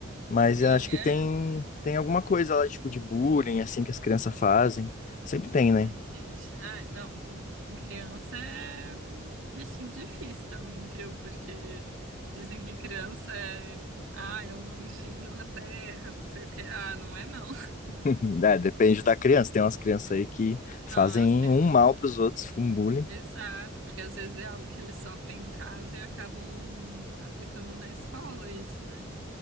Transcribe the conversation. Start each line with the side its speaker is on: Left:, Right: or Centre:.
Left: Mas
Right: Sim,
Left: eu acho que
Right: é.
Left: tem tem alguma coisa lá tipo de bullying assim que as crianças fazem. Sempre tem,
Right: Ai,
Left: né?
Right: gente. Ai, não. Criança é um bichinho difícil também, viu? Porque dizem que criança é. Ah, é um anjinho na terra, não sei o que. Ah, não é não.
Left: <laughs> É, depende da criança. Tem umas crianças aí que fazem
Right: Nossa, tem...
Left: um mal para os outros com bullying.
Right: Exato, porque às vezes é algo que eles sofrem em casa e acabam aplicando na escola isso, né?